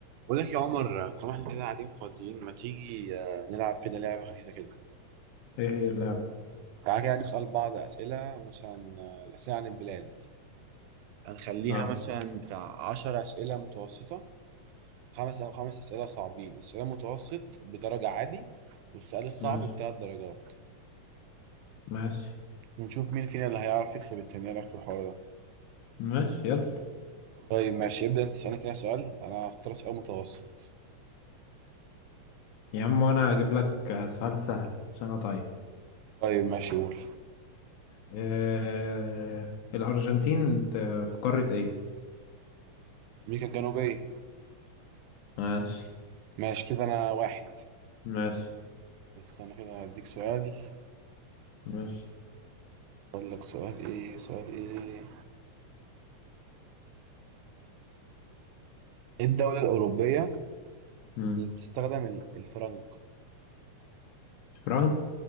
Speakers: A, on the right; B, on the left.
A: بقول لك يا عمر طالما احنا كده قاعدين فاضيين ما تيجي آه، نلعب كده لعبة خفيفة كده
B: ايه هي اللعبة
A: تعالى كده نسأل بعض أسئلة مثلا آه، الأسئلة عن البلاد هنخليها
B: اه
A: مثلا بتاع عشر أسئلة متوسطة خمس أو خمس أسئلة صعبين السؤال المتوسط بدرجة عادي والسؤال الصعب
B: ماشي
A: بتلات درجات
B: ماشي
A: ونشوف مين فينا اللي هيعرف يكسب التاني إيه رأيك في الحوار ده
B: ماشي يلا
A: طيب ماشي ابدأ أنت تسألني كده سؤال أنا هختار سؤال متوسط
B: يا عم انا هجيب لك آه، سؤال سهل عشان اطيب
A: طيب ماشي قول
B: إيه الارجنتين ت- في قارة ايه
A: أمريكا الجنوبية
B: ماشي
A: ماشي كده أنا واحد
B: ماشي
A: طب استنى كده هديك سؤال
B: ماشي
A: اقول لك سؤال ايه سؤال ايه ايه الدولة الأوروبية
B: مم.
A: اللي بتستخدم ال- الفرنك
B: فرانك